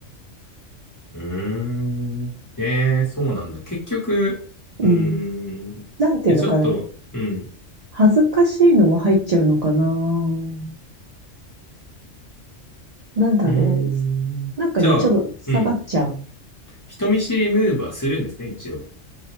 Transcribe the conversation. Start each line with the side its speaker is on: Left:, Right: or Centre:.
Left: うーん。えー、そうなんだ。結局、
Right: うん。
Left: うーん。
Right: なんていうのかな。
Left: え、ちょっと、うん。
Right: 恥ずかしいのも入っちゃうのかな。なんだろ
Left: うーん。
Right: う。なんかね、
Left: じゃあ、
Right: ちょっと下がっちゃう。
Left: うん。人見知りムーブはするんですね、一応。